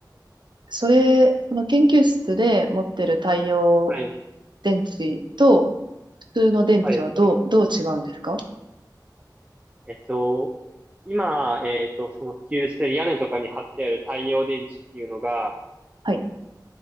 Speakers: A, on the right (about 80°); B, on the right (about 20°).
A: それ、その研究室で持ってる太陽
B: はい。
A: 電池と普通の電池はどう、
B: はい。
A: どう違うんですか
B: えっと、今、えっと、その普及してる屋根とかに貼ってある太陽電池っていうのが、
A: はい。